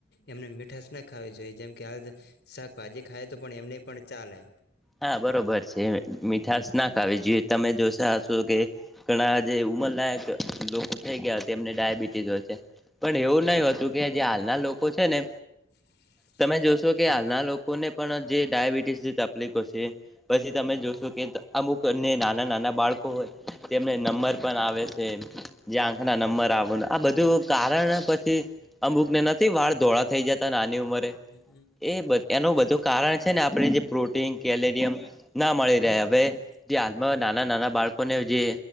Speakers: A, on the left; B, in the centre.
A: એમને મીઠાશ ના ખાવી જોઈએ જેમ કે હાલ શાકભાજી ખાય તો પણ એમને. પણ ચાલે.
B: હા બરોબર છે મીઠાશ ના ખાવી જોઈએ તમે જો તા હસો કે ઘણા જે ઉમરલાયક લોકો થઈ ગયા એમને ડાયાબિટીસ હોય છે. પણ એવું નહી હોતું કે જે હાલના લોકો છે ને.
A: <inaudible>
B: તમે જોશો કે
A: હમ
B: હાલના લોકોને પણ જે ડાયાબિટીસની તકલીફો છે. પછી તમે જોશો
A: હમ
B: કે અમુક. ને નાના નાના બાળકો હોય તેમને નંબર પણ આવે છે. જે આંખ
A: અ
B: ના નંબર આવવાનું આ બધું કારણ
A: અ
B: પછી. અમુક ને નથી વાળ ધોળા થઈ જતા નાની ઉંમરે
A: હમ
B: એ બધ એનું બધું કારણ છે ને આપણે જે પ્રોટીન કેલેરિયમ ના મળી રહે હવે
A: હમ
B: જે હાલમાં. નાના નાના બાળકોને જે